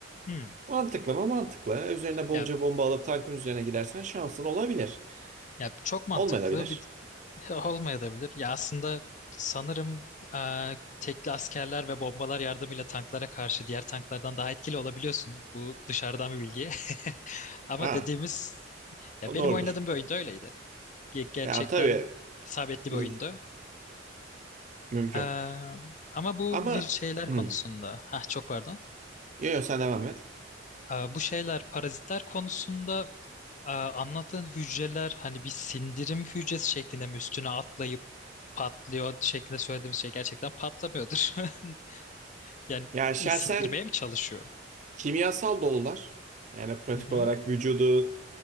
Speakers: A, on the left; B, on the right.
A: Hı.
B: Mantıklı mı? Mantıklı. Üzerine bolca
A: Ya,
B: bomba alıp tankın üzerine gidersen şansın olabilir.
A: ya çok mantıklı.
B: Olmayabilir.
A: Bir Olmayabilir. Ya aslında sanırım eee tekli askerler ve bombalar yardımıyla tanklara karşı diğer tanklardan daha etkili olabiliyorsun. Bu dışarıdan bir bilgi. <laughs> Ama
B: Ha,
A: dediğimiz ya
B: o
A: benim
B: doğrudur.
A: oynadığım bir oyunda öyleydi. Ge- Gerçekten
B: Ya tabii
A: isabetli bir
B: z-
A: oyundu.
B: mümkün.
A: Eee, ama bu
B: Ama
A: vir- şeyler
B: hı,
A: konusunda, ha çok pardon.
B: yo, yo, sen devam et.
A: Eee, bu şeyler parazitler konusunda Ee, anlattığın hücreler hani bir sindirim hücresi şeklinde mi üstüne atlayıp patlıyor şeklinde söylediğimiz şey gerçekten patlamıyordur. <laughs> Yani
B: Ya şahsen
A: sindirmeye mi çalışıyor?
B: kimyasal dolular. Yani pratik
A: Hı hı,
B: olarak vücudu